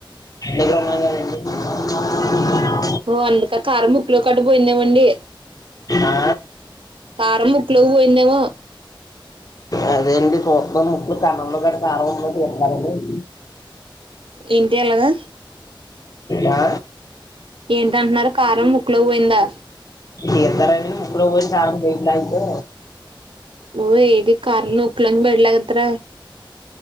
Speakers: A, on the left; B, on the right.
A: ఎంతమంది అమ్మా
B: ఓ అందుక కారం ముక్కులో అడ్డు పోయిందేమండి
A: ఆ?
B: కారం ముక్కులోకి పోయిందేమో
A: అదే అండి చూత్తనను ముక్కులు కనంలో ఎంటి నమ్మకమ్
B: ఏంటి ఎలగా
A: ఆ
B: ఏంటంటున్నారు కారం ముక్కులోకి పోయిందా
A: తితారండి ముక్కులోకి పోయిన కారం వట్లయితే
B: ఊ ఏది కార్ ముకులొంది బయటకి లగేత్ర